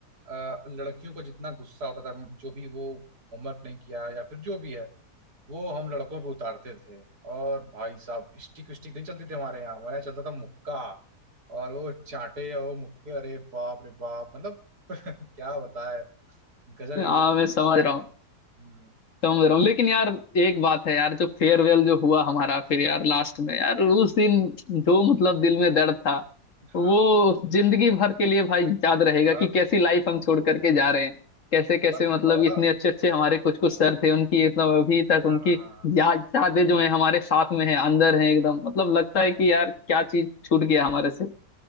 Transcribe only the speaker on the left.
हाँ
मैं समझ रहा हूँ
समझ रहा हूँ लेकिन यार एक बात है यार जो फेयरवेल जो हुआ हमारा फिर यार लास्ट में यार उस दिन जो मतलब दिल में दर्द था
वो जिंदगी भर के लिए भाई याद रहेगा
कि कैसी लाइफ हम छोड़ करके जा रहे हैं कैसे कैसे
मतलब
इतने अच्छे अच्छे हमारे कुछ कुछ सर थे उनकी मतलब अभी तक
उनकी
याद यादें जो है हमारे साथ में है अंदर है एकदम मतलब लगता है कि
यार
क्या चीज छूट गया हमारे से